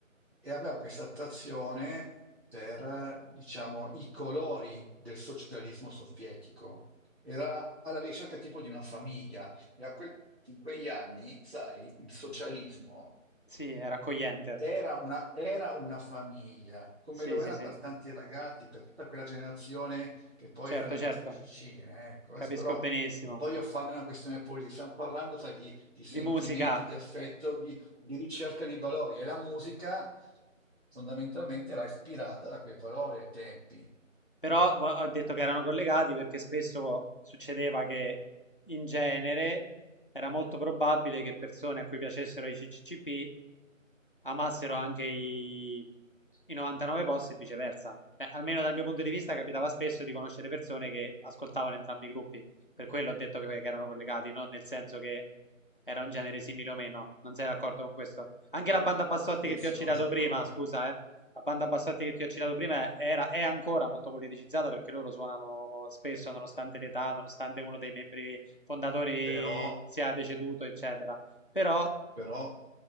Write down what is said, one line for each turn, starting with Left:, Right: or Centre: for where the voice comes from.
Right: e aveva questa attrazione per, eh, diciamo, i colori del socialismo sovietico. Era alla ricerca tipo di una famiglia e a quel- in quegli anni, sai, il socialismo.
Left: Sì, era accogliente.
Right: Era una, era una famiglia, come
Left: Sì,
Right: lo
Left: sì,
Right: era
Left: sì.
Right: per tanti ragazzi, per tutta quella generazione che poi
Left: Certo,
Right: era nella
Left: certo.
Right: FIGC. eh, Ecco, adesso
Left: Capisco
Right: però
Left: benissimo.
Right: non voglio farne una questione politica, stiamo parlando, sai, di, di sentimenti,
Left: Di musica.
Right: di affetto, di, di ricerca di valori e la musica fondamentalmente era ispirata da quei valori ai tempi.
Left: Però
Right: mm?
Left: vo- ho detto che erano collegati perché spesso succedeva che in genere era molto probabile che persone a cui piacessero i CCCP amassero anche i, i 99 post e viceversa. Beh, almeno dal mio punto di vista capitava spesso di conoscere persone che ascoltavano entrambi i gruppi, per quello ho detto che, che erano collegati, non nel senso che era un genere simile o meno, non sei d'accordo con questo? Anche la banda Bassotti
Right: Sì,
Left: che
Right: sono
Left: ti ho citato
Right: d'accordo,
Left: prima, scusa, eh. La banda Bassotti che ti ho citato prima era, è ancora molto politicizzata perché loro suonano spesso, nonostante l'età, nonostante uno dei membri fondatori
Right: però
Left: sia deceduto, eccetera. Però,
Right: Però,